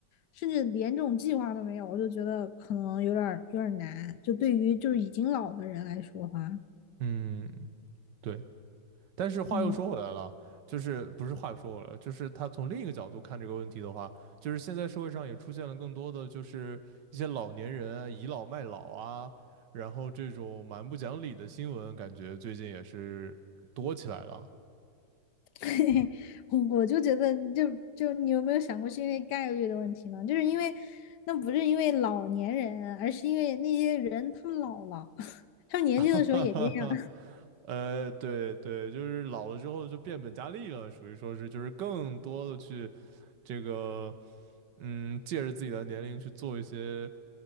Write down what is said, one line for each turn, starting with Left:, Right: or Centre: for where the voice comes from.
Left: 甚至连这种计划都没有，我就觉得可能有点儿有点儿难，就对于就是已经老的人来说的话，
Right: 嗯，对。但是话又说回来了，
Left: 嗯
Right: 就是不是话又说回来了，就是他从另一个角度看这个问题的话，就是现在社会上也出现了更多的就是一些老年人啊倚老卖老啊，然后这种蛮不讲理的新闻，感觉最近也是多起来了。
Left: <laughs> 我就觉得就，就你有没有想过，是因为概率的问题呢？就是因为那不是因为老年人，而是因为那些人他们老了，<laughs> 他们年轻的时候也这样，
Right: <laughs> 哈哈哈哈，呃，对对，就是老了之后就变本加厉了，属于说是就是更多的去这个，嗯，借着自己的年龄去做一些，